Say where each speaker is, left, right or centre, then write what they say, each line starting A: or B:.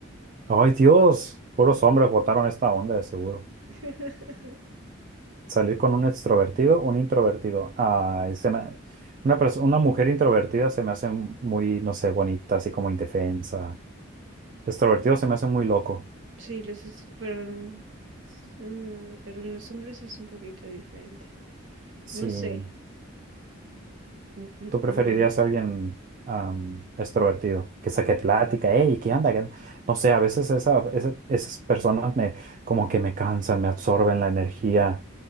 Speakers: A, on the right; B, on the right.
A: Ay, Dios, puros hombres votaron esta onda de seguro.
B: <laughs>
A: Salir con un extrovertido, un introvertido. Ay, se me- una perso- una mujer introvertida se me hace muy, no sé, bonita, así como indefensa. Extrovertido se me hace muy loco.
B: Sí, los... ex- Pero... mm, Pero en los hombres es un poquito diferente.
A: Sí,
B: No sé. Mm, mm,
A: tú preferirías
B: mm.
A: a alguien am, extrovertido, que saque plática, hey, ¿qué anda? ¿Qué- No sé, a veces esa, esa- esas personas me, como que me cansan, me absorben la energía,